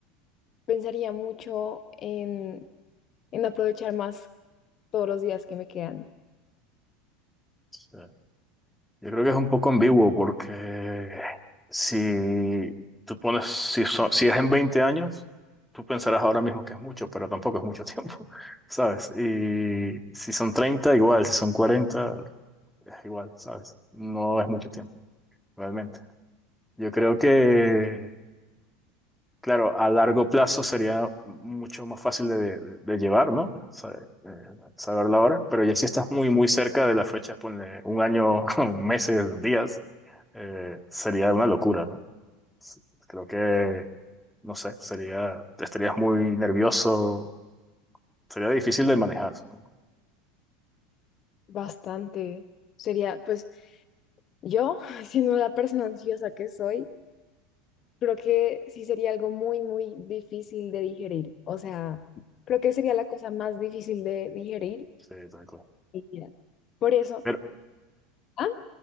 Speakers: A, on the left; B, in the centre.
A: pensaría mucho en, en aprovechar más todos los días que me quedan.
B: Sí. Yo creo que es un poco ambiguo porque si tú pones, si, son- si es en 20 años, tú pensarás ahora mismo que es mucho, pero tampoco es mucho tiempo, <laughs> ¿sabes? Y si son 30 igual, si son 40 es igual, ¿sabes? No es mucho tiempo, realmente. Yo creo que, claro, a largo plazo sería mucho más fácil de, de- de llevar, ¿no? Saber, eh, saber la hora, pero ya si estás muy, muy cerca de la fecha, ponle un año, <laughs> meses, días. eh, sería una locura, ¿no? S- Creo que, no sé, sería, estarías muy nervioso, sería difícil de manejar, supongo.
A: Bastante. Sería, pues yo, <laughs> siendo la persona ansiosa que soy, creo que sí sería algo muy, muy difícil de digerir. O sea, creo que sería la cosa más difícil de digerir.
B: Sí, tal cual.
A: en mi vida. Por eso,
B: Pero,
A: ¿ah?